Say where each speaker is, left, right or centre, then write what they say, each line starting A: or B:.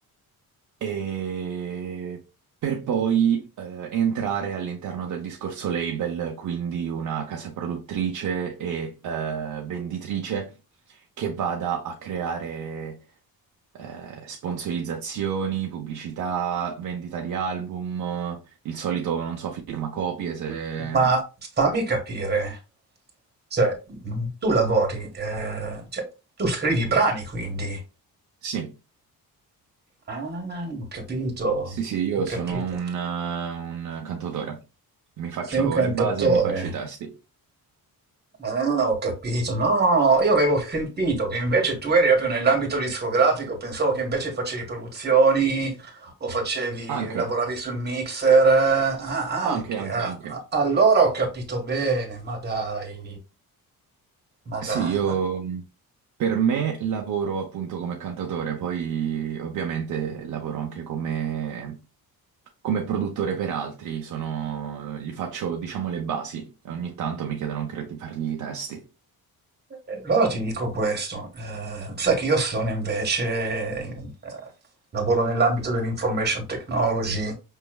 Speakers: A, on the right; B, on the right.
A: e per poi eh, entrare all'interno del discorso label, quindi una casa produttrice e eh, venditrice che vada a creare eh, sponsorizzazioni, pubblicità, vendita di album, il solito, non so, firma copie, se...
B: Ma fammi
A: se-
B: capire, cioè, mh, tu lavori, eh, cioè, tu scrivi brani quindi.
A: Sì,
B: Ah, ho capito,
A: sì, sì, io
B: ho capito.
A: sono un, eh, un cantautore. Mi faccio
B: Sei un cantautore.
A: le basi e mi faccio i testi.
B: Ah, ho capito. No, io avevo sentito che invece tu eri proprio nell'ambito discografico, pensavo che invece facevi produzioni o facevi,
A: Anche,
B: lavoravi sul mixer. Ah,
A: anche,
B: anche.
A: anche,
B: ah.
A: anche.
B: Ah, Allora ho capito bene, ma dai. Ma
A: Sì,
B: dai,
A: io
B: ma...
A: mh, per me lavoro appunto come cantautore, poi ovviamente lavoro anche come, come produttore per altri, sono, gli faccio diciamo le basi, ogni tanto mi chiedono anche di fargli i testi.
B: Eh, Allora ti dico questo, eh, sai che io sono invece, eh, lavoro nell'ambito dell'information technology,